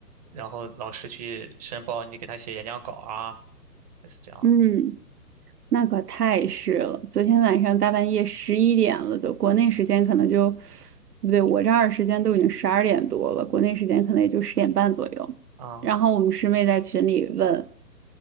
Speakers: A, on the right; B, on the right.
A: 然后老师去申报，你给他写演讲稿啊，类似这样的
B: 嗯嗯。嗯那可太是了，昨天晚上大半夜十一点了都，国内时间可能就，不对，我这儿时间都已经十二点多了，国内时间可能也就十点半左右。
A: 啊。
B: 然后我们师妹在群里问